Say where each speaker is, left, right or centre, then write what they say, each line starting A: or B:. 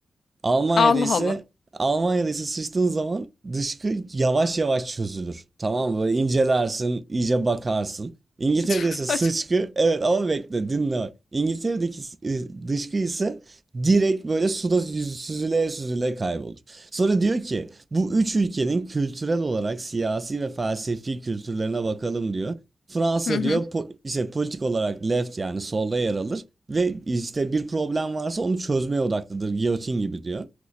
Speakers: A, on the right; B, on the left.
A: Almanya'da
B: Allah
A: ise
B: Allah.
A: Almanya'da ise sıçtığın zaman dışkı yavaş yavaş çözülür. Tamam mı? Böyle incelersin, iyice bakarsın. İngiltere'de
B: <laughs> Çok
A: ise
B: saçma.
A: sıçkı, evet ama bekle dinle bak. İngiltere'deki e, dışkı ise direkt böyle suda yüz- süzüle süzüle kaybolur. Sonra diyor ki bu üç ülkenin kültürel olarak siyasi ve felsefi kültürlerine bakalım diyor. Fransa
B: Hı hı.
A: diyor po- işte politik olarak left yani solda yer alır. Ve işte bir problem varsa onu çözmeye odaklıdır. Giyotin gibi diyor.